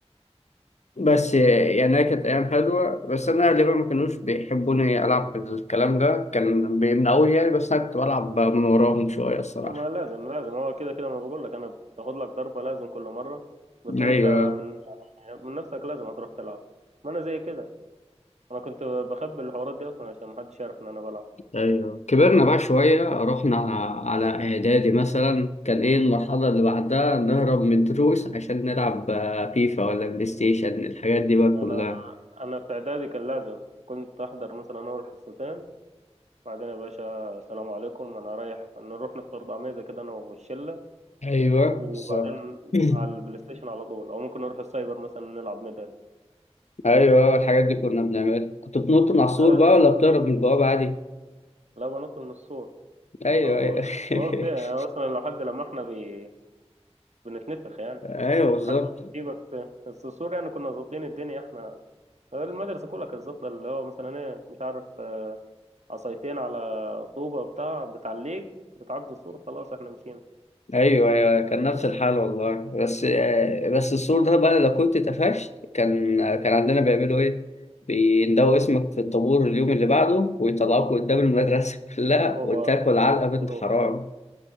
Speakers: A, on the left (about 80°); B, on the right (about 80°).
A: بس يعني هي كانت أيام حلوة بس أنا أهلي بقى ما كانوش بيحبوني ألعب الكلام ده كان بيمنعوني يعني بس أنا كنت بلعب من وراهم شوية الصراحة
B: ما لازم لازم هو كده كده ما بقول لك انا بتاخد لك ضربة لازم كل مرة بس
A: أيوه
B: انت من يعني من نفسك لازم هتروح تلعب ما انا زي كده انا كنت بخبي الحوارات دي اصلا عشان محدش يعرف ان انا بلعب
A: أيوه كبرنا بقى شوية رحنا على إعدادي مثلا كان إيه المرحلة اللي بعدها نهرب من الدروس عشان نلعب آه، فيفا ولا بلاي ستيشن الحاجات دي بقى
B: انا
A: كلها
B: انا في اعدادي كان لازم كنت احضر مثلا اول حصتين وبعدين يا باشا السلام عليكم انا رايح نروح نفطر طعمية كده انا والشله
A: ايوه
B: وبعدين
A: بالظبط <clears throat> <laughs>
B: على البلاي ستيشن على طول او ممكن نروح السايبر مثلا نلعب ميدل
A: ايوه الحاجات دي كنا بنعملها كنت بتنط من على السور
B: أنا
A: بقى ولا بتهرب من البوابه عادي
B: لا بنط من السور
A: ايوه
B: على طول
A: ايوه
B: يعني
A: <laughs>
B: قلت إيه، يعني اصلا لحد لما احنا بي... بنتنفخ يعني
A: ايوه بالظبط
B: محدش يجيبك ت- بس السور يعني كنا ظابطين الدنيا احنا المدرسه كلها كانت ظابطه اللي هو مثلا ايه مش عارف عصايتين على طوبه بتاع بتعليك بتعدي السور خلاص احنا مشينا
A: ايوه ايوه كان نفس الحال والله بس آه، بس السور ده بقى لو كنت اتقفشت كان آه، كان عندنا بيعملوا ايه بيندوا اسمك في الطابور اليوم اللي بعده ويطلعوك قدام المدرسه <laughs> كلها
B: بروبا
A: وتاكل علقه بنت
B: بروبا
A: حرام